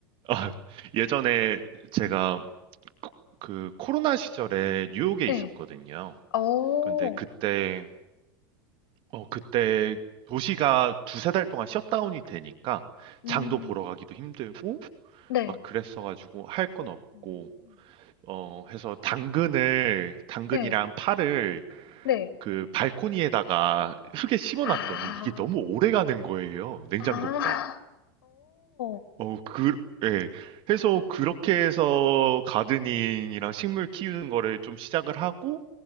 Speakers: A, on the right; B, on the left.
A: 아, 예전에 제가 코- 그 코로나 시절에 뉴욕에
B: 네,
A: 있었거든요.
B: 오,
A: 근데 그때 어 그때 도시가 두세 달 동안 셧다운이 되니까
B: 음,
A: 장도 보러 가기도 힘들고
B: 네,
A: 막 그랬어 가지고 할 건 없고
B: 음,
A: 어 해서 당근을 당근이랑
B: 네,
A: 파를
B: 네.
A: 그 발코니에다가 흙에 심어
B: 아,
A: 놨더니 이게 너무 오래 가는 거예요. 냉장고보다.
B: 아, <laughs> 오,
A: 어, 그, 예. 해서 그렇게 해서 가드닝이랑 식물 키우는 거를 좀 시작을 하고,